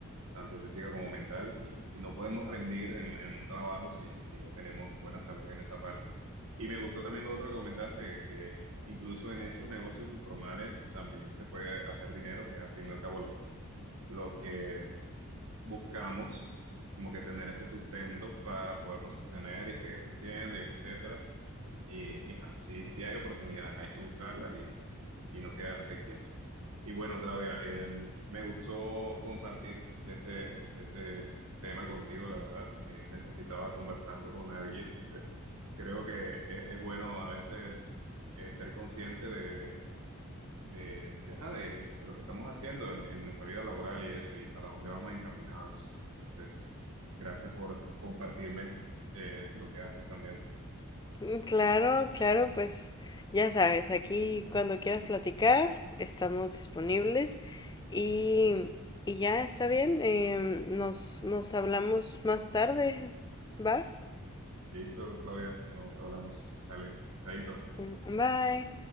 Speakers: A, on the right; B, on the left.
A: tanto física como mental, y, y no podemos rendir en, en un trabajo si, si no tenemos buena salud en esa parte. Y me gustó también lo otro que comentaste, que, que incluso en esos negocios informales también se puede hacer dinero, que es al fin y al cabo lo, lo que buscamos, como que tener ese sustento para podernos sostener y seguir creciendo, y etcétera. Y, y ajá, sí, sí hay oportunidades, hay que buscarlas y, y no quedarse quieto. Y bueno, Claudia, eh, me gustó compartir de este, de este tema contigo, la verdad. Eh, necesitaba conversarlo con alguien. <laughs> Creo que es, es bueno a veces eh, ser consciente de, de, de- de, ajá, de- de lo que estamos haciendo en, en nuestra vida laboral y eso, y para dónde vamos encaminados. Entonces, gracias por compartirme eh, lo que haces también.
B: Mm, Claro, claro, pues ya sabes, aquí cuando quieras platicar estamos disponibles y, y ya está bien, em, nos, nos hablamos más tarde, ¿va?
A: Listo, Claudia, nos hablamos. Dale, chaito.
B: Mm, Bye.